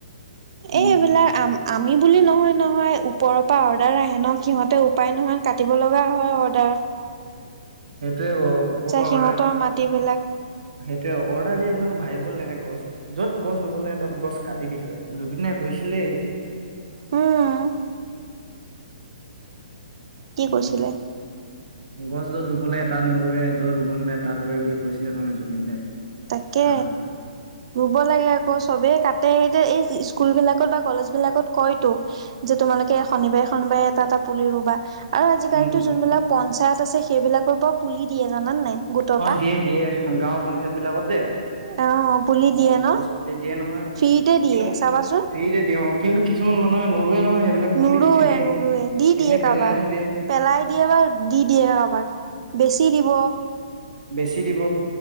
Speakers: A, on the right; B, on the right.
A: উম,
B: এই, এইবিলাক আম আমি বুলি নহয়- নহয়, ওপৰৰ পৰা অৰ্ডাৰ আহে ন', সিহঁতে উপায় নোহোৱা কাটিব লগা হয় আৰু তাত।
A: সেইটোৱেকৌ ওপৰ পৰা
B: সিহঁতৰ
A: অৰ্ডাৰ
B: মাটিবিলাক
A: সেইটোৱে, অৰ্ডাৰ দিয়া বিলাকো ভাবিব লাগে! গছ য'ত গছ ৰুব লাগে তত গছ কাটি দিছে জুবিনাই কৈছিলেই।
B: উমঁ- কি
A: উমঁ
B: কৈছিলে
A: উমঁ। গছ য'ত ৰুব লাগে তাত নৰুৱে য'ত ৰুব নালাগে তাত ৰুৱে বুলি কৈছিলে নহয় জুবিন দাই।
B: তাকে
A: কথাটো
B: ৰুব লাগে আকৌচ- চবেই কাটে সেই এই স্কুলবিলাকত বা কলেজবিলাকত কয়তো- যে তোমালোকে শনিবাৰে শনিবাৰে এটা এটা পুলি ৰুবা। আৰু আজিকালিতো
A: উম
B: যোনবিলাক পঞ্চায়ত আছে সেইবিলাকৰ পৰা পুলি দিয়ে জানানে নাই। গোটৰ
A: অঁ
B: পৰা
A: দিয়ে দিয়ে গাঁওৰ পঞ্চায়ত বিলাকত যে-
B: অ পুলি
A: অঁ',
B: দিয়ে ন
A: গছপুলি দিয়ে নহয়
B: ফ্ৰীতে
A: এই
B: দিয়ে
A: কিন্তু
B: চাবাচোন
A: ফ্ৰীতে দিয়ে অঁ। কিন্তু কিছুমান মানুহে নোৰোৱে নহয় সেইবিলাক পুলি
B: নুৰুৱে
A: এনে
B: নুৰুৱে দি দিয়ে
A: এনে
B: কাৰোবাক
A: পেলাই থৈ দিয়ে।
B: পেলাই দিয়ে বা দি দিয়ে কাৰোবাক বেছি দিব।
A: বেছি দিব।